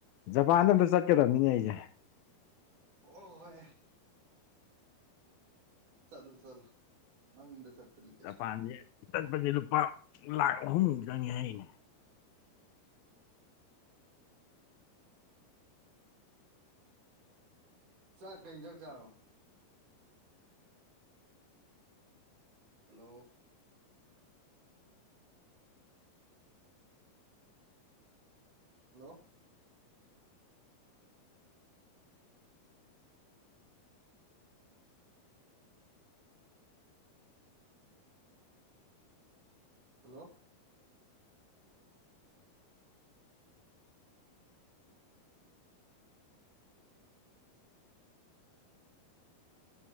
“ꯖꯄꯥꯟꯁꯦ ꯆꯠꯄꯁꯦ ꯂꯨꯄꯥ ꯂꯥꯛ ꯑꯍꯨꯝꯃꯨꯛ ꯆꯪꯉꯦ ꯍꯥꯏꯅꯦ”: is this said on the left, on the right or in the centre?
Left